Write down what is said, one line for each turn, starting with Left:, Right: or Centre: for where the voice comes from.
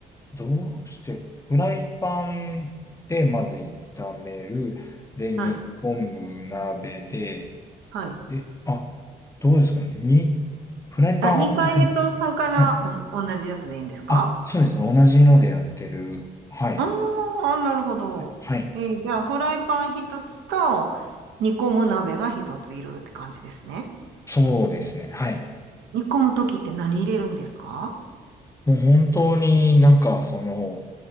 Left: どうしてか、フライパンでまず炒める。で、煮込む鍋で、
Right: はい、はい。
Left: え、あ、どうですかね。に、フライパン合わせて、
Right: あ、2回目と3回目はおん、
Left: はい。
Right: 同じやつでいいんですか
Left: あ、そうですね。同じのでやってる。はい。
Right: ああ、なるほど。
Left: はい。
Right: えーじゃあ、フライパン1つと、煮込む鍋が1ついるって感じですね。
Left: そうですね。はい。
Right: 煮込むときって何入れるんですか
Left: もう本当になんかその、